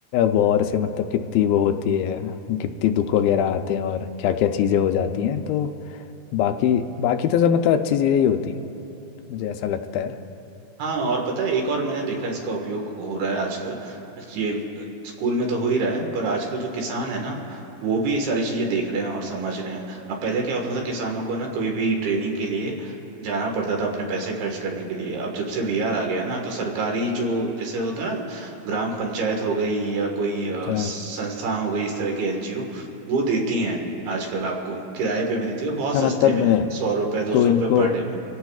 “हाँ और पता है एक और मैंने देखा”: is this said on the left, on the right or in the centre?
Right